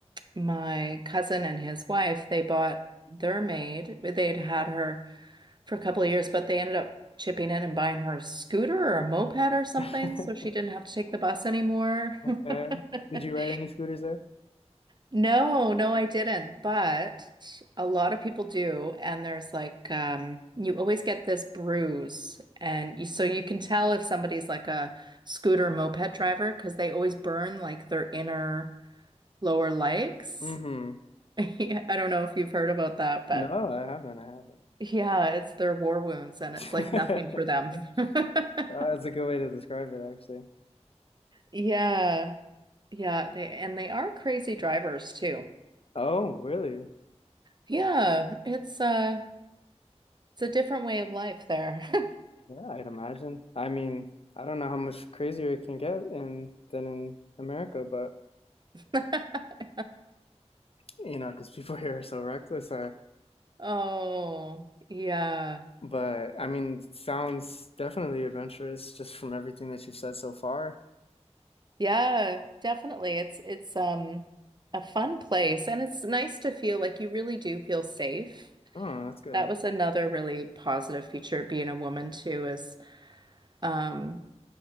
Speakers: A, on the right; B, on the left.
A: my cousin and his wife, they bought their maid. They'd had her for a couple of years, but they ended up chipping in and buying her a scooter or a moped or something,
B: Mm-hmm.
A: so she
B: <laughs>
A: didn't have to take the bus anymore.
B: Okay.
A: <laughs>
B: Did you ride any scooters there?
A: No, no, I didn't. But a lot of people do, and there's like um you always get this bruise and you so you can tell if somebody's like a scooter moped driver because they always burn like their inner lower legs.
B: Mm-hmm.
A: <laughs> Yeah, I don't know if you've heard about that, but
B: No, I haven't. I
A: yeah, it's their war wounds and
B: haven't,
A: it's like nothing
B: but
A: for them. <laughs>
B: <laughs> Uh, that's a good way to describe it, actually.
A: Yeah. Yeah, they and they are crazy drivers too.
B: Oh, really?
A: Yeah, it's uh It's a different way of life there.
B: Yeah, I'd imagine. I mean, I don't know how much crazier it can get in than in America, but
A: <laughs>
B: you know, because people <laughs> here are so reckless, I
A: Oh, yeah.
B: But I mean, sounds definitely adventurous just from everything that you've said so far.
A: Yeah, definitely. It's it's um a fun place and it's nice to feel like you really do feel safe.
B: Oh, that's good.
A: That was another really positive feature of being a woman too is um